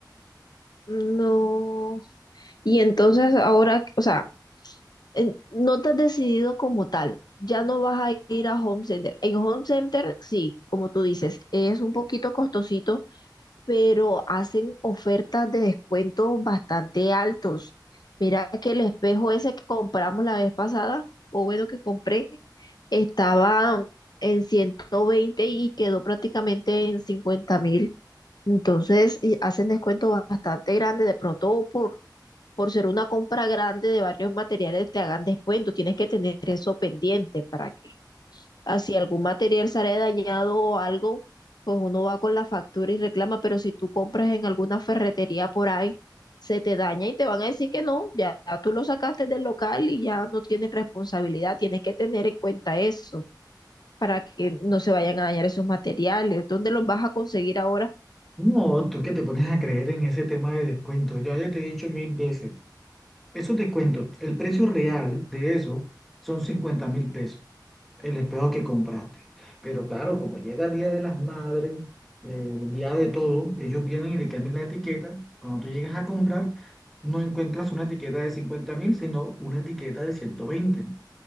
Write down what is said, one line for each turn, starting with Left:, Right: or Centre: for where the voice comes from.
Left: No. Y entonces ahora, o sea, en- no te has decidido como tal. Ya no vas a ir a Home Center. En Home Center, sí, como tú dices, es un poquito costosito, pero hacen ofertas de descuentos bastante altos. Mira que el espejo ese que compramos la vez pasada, o bueno, que compré, estaba en 120 y quedó prácticamente en 50 mil. Entonces, y hacen descuentos bastante grandes, de pronto por por ser una compra grande de varios materiales te hagan descuento. Tienes que tener eso pendiente para que así algún material sale dañado o algo, pues uno va con la factura y reclama, pero si tú compras en alguna ferretería por ahí, se te daña y te van a decir que no, ya tú lo sacaste del local y ya no tienes responsabilidad. Tienes que tener en cuenta eso para que no se vayan a dañar esos materiales. ¿Dónde los vas a conseguir ahora?
Centre: No, tú que te pones a creer en ese tema de descuentos. Ya, ya te he dicho mil veces. Esos descuentos, el precio real de eso son cincuenta mil pesos, el espejo que compraste. Pero claro, como llega el Día de las Madres, eh, Día de todo, ellos vienen y le cambian la etiqueta. Cuando tú llegas a comprar, no encuentras una etiqueta de cincuenta mil, sino una etiqueta de 120.